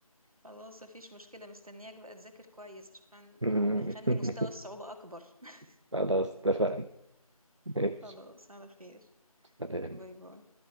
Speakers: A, on the right; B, on the right.
A: خلاص مفيش مشكلة مستنياك بقى تذاكر كويس عشان
B: <laughs>
A: نخلي مستوى الصعوبة اكبر <laughs>
B: خلاص اتفقنا ماشي
A: خلاص على خير
B: سلام
A: باي باي